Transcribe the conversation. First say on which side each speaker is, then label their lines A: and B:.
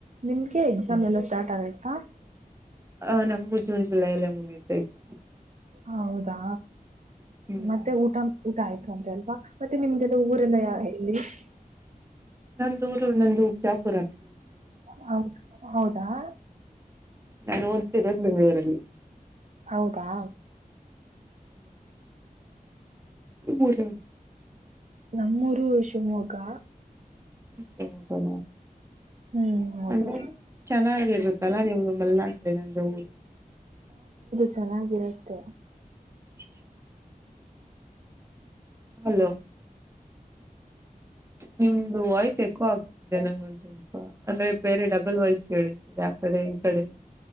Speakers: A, on the right (about 55°); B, on the right (about 20°).
A: ನಿಮ್ಗೆ ಎಕ್ಸಾಮ
B: ಹ್ಮ್.
A: ಎಲ್ಲ ಸ್ಟಾರ್ ಆಗುತ್ತೆ. ಹತ್ತ. <unintelligible>
B: ಆ ನಮಗೂ ಜೂನ್ ಜುಲೈ ಅಲ್ಲೇ ಮುಗಿತೆ <unintelligible> ಎಕ್ಸಾಮ್.
A: ಹೌದಾ.
B: ಹ್ಮ್
A: ಮತ್ತೆ ಊಟ ಊಟ ಆಯ್ತು. <unintelligible> <unintelligible> ದ್ರೆ ಅಲ್ವಾ. ಮತ್ತೆ ನಿಮ್ದೆಲ್ಲ ಊರೆಲ್ಲ ಯಾವ ಇಲ್ಲಿ. ಹ್ಮ್ಮ್.
B: ನಂದೂರು ನಂದುಜಾಪುರಂತ.
A: ಹೌದು ಹೌದು ಹಾ
B: ನಾು ಓದ್ತಿರೋದು್ ಬೆಂಗಳೂರಲ್ಲಿ
A: ಹೌದಾ
B: ಹ್ಮ್ ಮೂಊರ
A: ನಮ್ಮೂರು ಶಿವಮೊಗ್ಗ
B: ಕ
A: ಹ್ಮ್ ಹೌದು
B: ಅಂದ್ರೆ ಚೆನ್ನಾಗಿ ಇರುತ್ತಲ್ಲ ನೀವು ಮಲೆನಾಡು ಸೈಡ್ ಅಂದ ಊರು
A: ಚೆನ್ನಾಗಿರುತ್ತೆ
B: ಇ ಹಲೋ ನಿಮ್ದು ವಾಯ್ಸ್ ಎಕೋ ಆಗ್ತಿದೆ ನಂಗೊಂದ್ ಸ್ವಲ್ಪ ಅಂದ್ರೆ ಬೇರೆ ಡಬಲ್ ವಾಯ್ಸ್ ಕೇಳಿಸ್ತಿದೆ ಆ ಕಡೆ ಈ ಕಡೆ